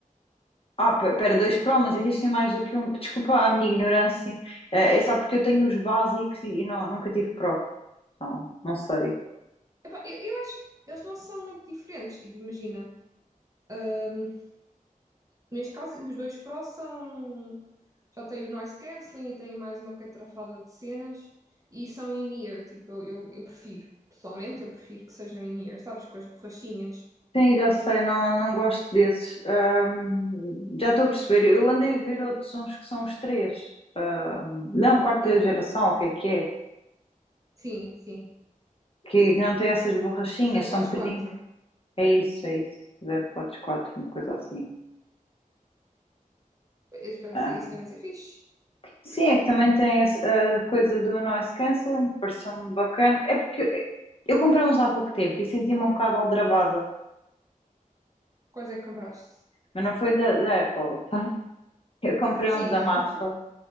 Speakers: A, on the left (about 40°); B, on the right (about 25°).
A: Ah, pe- pera, dois Pro, mas existem mais do que um. Desculpa a minha ignorância, eh, é só porque eu tenho os básicos e, e não, nunca tive Pro, então, não sei.
B: Epá, eu, eu acho que eles não são muito diferentes, tipo, imagina. ahm, neste caso, os dois Pro são. Já têm o noise cancelling e têm mais uma catrafada de cenas e são in-ear, tipo, eu, eu, eu prefiro. Pessoalmente, eu prefiro que sejam in-ear, sabes, com as borrachinhas.
A: Sim, já sei, não, não gosto desses. Ahm, já estou a perceber, eu andei a ver outros uns que são os três. Não, quarta
B: Hum,
A: geração, o que é que é?
B: sim, sim.
A: que não tem essas borrachinhas,
B: Os AirPods
A: são um bocadinho.
B: quatro
A: É isso, é isso. zero ponto quatro uma coisa assim.
B: Eu espero
A: Ah.
B: isso também ser fixe.
A: Sim, é que também tem esse- a coisa do noise cancelling, pareceu-me bacana. É porque eu comprei uns há pouco tempo e senti-me um bocado aldrabada,
B: Quais é que compraste?
A: mas não foi da, da Apple. <laughs> Eu comprei
B: Sim.
A: uns da Mattel.
B: <laughs>